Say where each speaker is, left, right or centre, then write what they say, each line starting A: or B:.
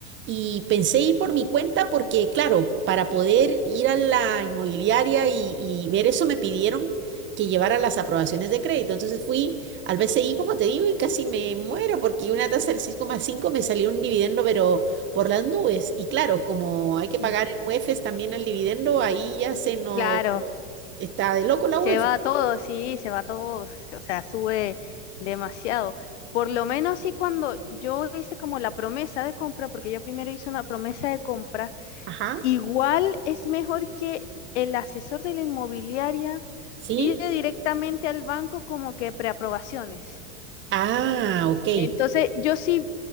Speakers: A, on the right (about 30°); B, on the left (about 70°).
A: y pensé ir por mi cuenta porque, claro, para poder ir a la inmobiliaria y, y ver eso me pidieron que llevara las aprobaciones de crédito. Entonces fui al BCI, como te digo, y casi me muero porque una tasa del seis coma cinco me salió un dividendo, pero por las nubes. Y claro, como hay que pagar
B: Mm,
A: en UEFs también el dividendo, ahí ya se nos
B: Claro,
A: está de loco la
B: se
A: UEF.
B: va todo, sí, se va todo, o sea, sube demasiado. Por lo menos sí cuando yo hice como la promesa de compra, porque yo primero hice una promesa de compra,
A: Ajá,
B: igual es mejor que el asesor de la inmobiliaria
A: sí.
B: pide directamente al banco como que preaprobaciones.
A: Ah, ok.
B: Entonces, yo sí